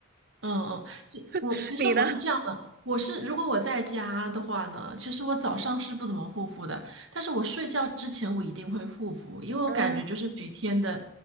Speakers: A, on the right (about 65°); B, on the right (about 45°).
A: 嗯嗯，就我其实我是这样的，
B: <laughs> 你呢？
A: 我是如果我在家的话呢，其实我早上是不怎么护肤的，但是我睡觉之前我一定会护肤，因为我感觉就是每天的，
B: 嗯，